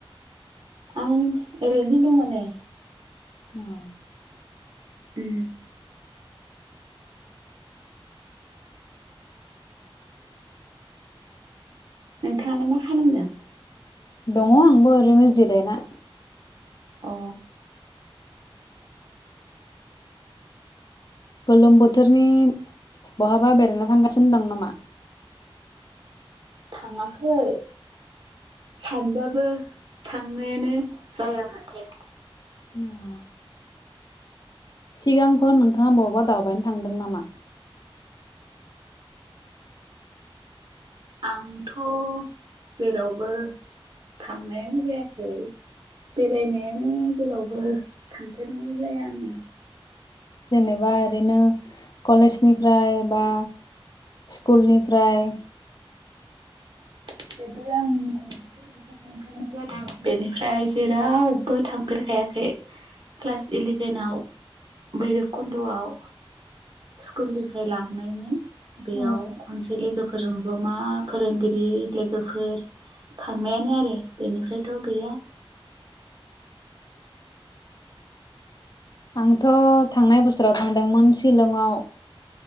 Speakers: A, on the right; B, on the left.
A: आं ओरैनो दङ नै
B: अ
A: उम नोंथाङालाय मा खालामदों?
B: दङ आंबो ओरैनो जिरायना।
A: अ
B: गोलोम बोथोरनि बहाबा बेरायनो थांगासिनो दं नामा?
A: थाङाखै। सानबाबो थांनायानो जाया माथो।
B: अ सिगांफोर नोंथाङा बबावबा दावबायनो थांदों नामा
A: आंथ' जेरावबो थांनायानो जायाखै बेरायनायानो जेरावबो थांफेरनाय जाया आङो
B: जेनेबा ओरैनो कलेजनिफ्राय बा स्कुलनिफ्राय
A: <unintelligible> थांफेरनाय जादों बेनिफ्राय जेरावबो थांफेरखायाखै क्लास इलेभेनाव बैरब कुन्द'आव स्कुलनिफ्राय लांनायमोन बेयाव
B: औ
A: खनसे लोगोफोरजों ज'मा फोरोंगिरि, लो गोफोर थांनायानो आरो बेनिफ्रायथ' गैया
B: आंथ' थांनाय बोसोराव थांदोंमोन शिलंआव